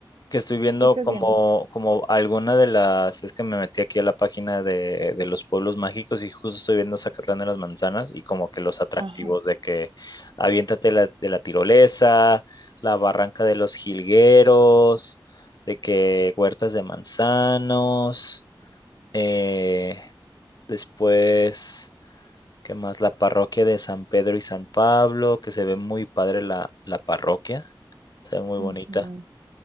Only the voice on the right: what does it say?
¿Qué estás
viendo?
Ajá.
Ujú.